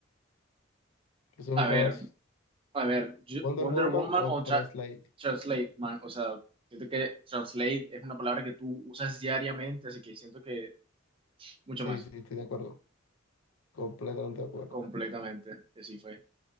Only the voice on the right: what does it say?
A ver,
a ver, yo-
Wonder
Woman
o tra-
Translate, man. O sea, siento que Translate es una palabra que tú usas diariamente, así que siento que mucho
más.
Completamente, que sí fue.